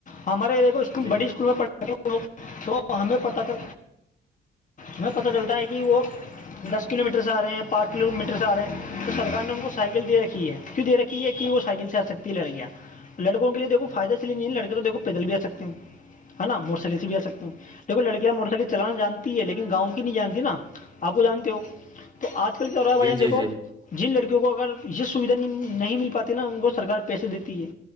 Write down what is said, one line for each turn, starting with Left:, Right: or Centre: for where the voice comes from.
Left: ہمارےے کو اس
Right: جی
Left: بڑی
Right: جی
Left: اسکول میں پڑھے ہمیں پت تھا ہمیں پتہ چلتا ہے کہ وہ دس کلو میٹر سے آ رہے ہیں پانچ کلو میٹر سے آ رہے ہیں تو سرک نے ان کو سائیکل دے رکھی ہے کیوں دے رکھی ہے کہ وہ سائیکل سے آ سکتی ہے لڑ گیا لڑکوں کے لی دیکھو فائدہشی ل نہیں ہے لڑکے تو دھو پیدل بھی آ سکتے ہیں ہے نا موٹر سائیکل سے بھی آ سکتے دیکھو لڑکیاں موٹر سائیکل چلانا جانتی ہے لیکن گاؤں کی نہیں جانتی نا آپ کو جانتے ہو تو آج کل کیا ہو رہا ہے بھائیان
Right: جی جی
Left: دیکو
Right: جی
Left: جن لڑکیوں کو اگر یہ سویدھا نہیں مل پاتی نا ان کو سرک پیسے دیتی ہے